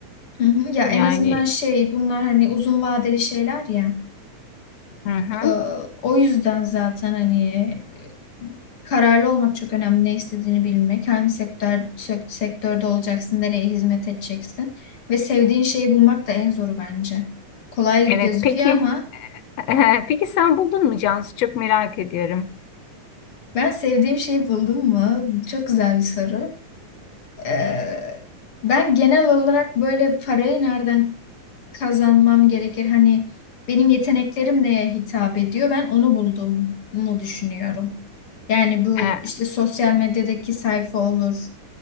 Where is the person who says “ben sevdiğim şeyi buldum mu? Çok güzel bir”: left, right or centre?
Left